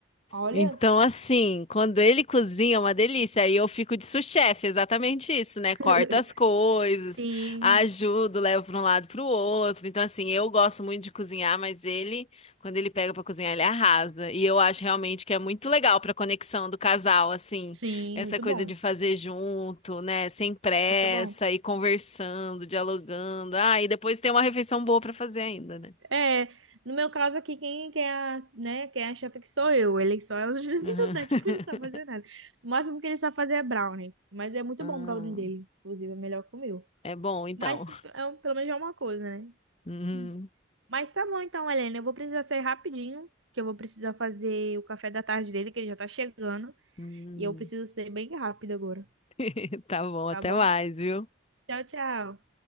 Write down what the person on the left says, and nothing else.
Então, assim, quando ele cozinha é uma delícia. Aí eu fico de sous-chefe, exatamente isso, né?
Corto as coisas,
ajudo, levo para um lado para o outro. Então, assim, eu gosto muito de cozinhar, mas ele, quando ele pega para cozinhar, ele arrasa. E eu acho realmente que é muito legal para conexão do casal, assim,
essa
coisa
de fazer junto, né? Sem pressa,
e conversando, dialogando. Ah, e depois tem uma refeição boa para fazer ainda, né?
Aham. <laughs>
Ah,
é bom, então.
Uhum,
uhum.
<laughs> Tá bom,
até
mais, viu?